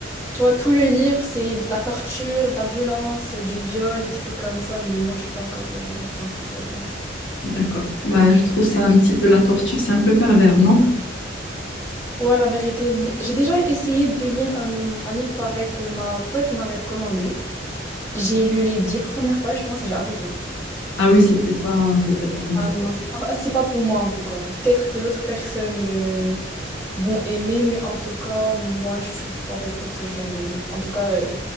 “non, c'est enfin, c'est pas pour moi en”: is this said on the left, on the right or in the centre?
Left